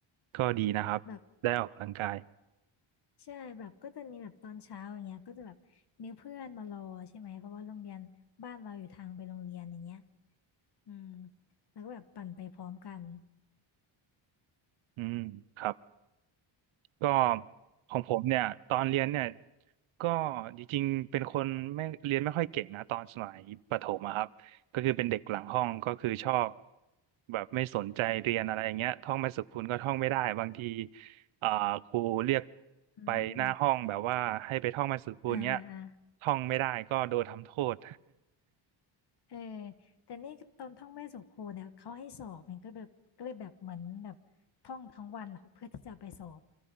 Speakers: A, on the right; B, on the left.
A: ก็ดีนะครับได้ออกกำลังกาย
B: แบบใช่แบบก็จะมีแบบตอนเช้าอย่างเงี้ยก็จะแบบมีเพื่อนมารอใช่ไหมเพราะว่าโรงเรียนบ้านเราอยู่ทางไปโรงเรียนอย่างเงี้ยอืมแล้วก็แบบปั่นไปพร้อมกัน
A: อืมครับ ก็ของผมเนี่ยตอนเรียนเนี่ยก็จริงๆเป็นคนไม่เรียนไม่ค่อยเก่งนะตอนสมัยประถมอะครับก็คือเป็นเด็กหลังห้องก็คือชอบแบบไม่สนใจเรียนอะไรอย่างเงี้ยท่องไม่สุขคุณก็ท่องไม่ได้บางทีอ่าครูเรียก
B: อืม
A: ไปหน้าห้องแบบว่าให้ไปท่องมาสุขคุณเงี้ย
B: อ่าอ่าอ่า
A: ท่องไม่ได้ก็โดนทำโทษ
B: เออแต่นี่ตอนท่องแม่สู่ครูเนี่ยเขาให้สอบมันก็แบบก็เลยแบบเหมือนแบบท่องทั้งวันอะเพื่อที่จะไปสอบ